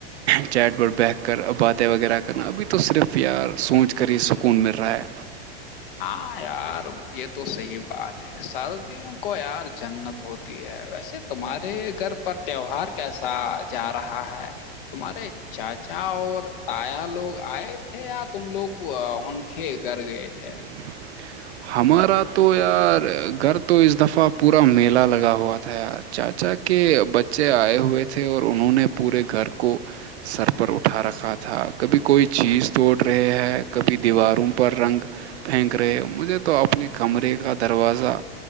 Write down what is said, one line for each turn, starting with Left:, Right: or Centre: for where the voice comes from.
Right: چیٹ پر بیٹھ کر اب باتیں وغیرہ کرنا ابھی تو صرف پ یار سوچ کر ہی سکون مل رہا ہے
Left: ہاں یار یہ تو صحی بات ہے سدیوں کو یار جنت ہوتی ہے ویسے تمہارے گھر پر تیوہار کیسا جا رہا ہے تمہارے چاچا اور تایا لوگ آئے تھے یا تم لوگ تھے گھر گئے تھے
Right: <unintelligible> ہمارا تو یار گھر تو اس دفعہ پورا میلہ لگا ہوا تھا یار چاچا کے بچے آئے ہوئے تھے اور انہوں نے پورے گھر کو سر پر اٹھا رکھا تھا کبھی کوئی چیز توڑ رہے ہے کبھی دیواروں پر رنگ پھینک رہے ہو مجھے تو اپنے کمرے کا دروازہ